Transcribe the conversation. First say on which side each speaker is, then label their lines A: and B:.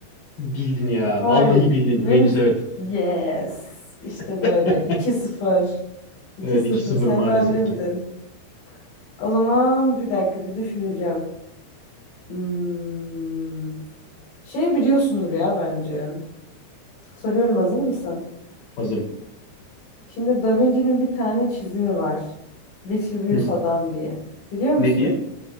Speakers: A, on the left; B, on the left.
A: Bildin ya.
B: Hayır.
A: Vallahi bildin.
B: Venüs.
A: Venüs evet.
B: Yes. İşte
A: <laughs>
B: böyle. 2 sıfır. 2
A: Evet
B: sıfır.
A: iki sıfır
B: Sen
A: maalesef
B: daha bilemedin.
A: ki.
B: O zaman bir dakika bir düşüneceğim. Hmm. Şey biliyorsunuz ya bence. Soruyorum hazır mısın?
A: Hazırım.
B: Şimdi Da Vinci'nin bir tane çizimi var. Vitruvius
A: Hı.
B: adam diye. Biliyor musun?
A: Ne diye?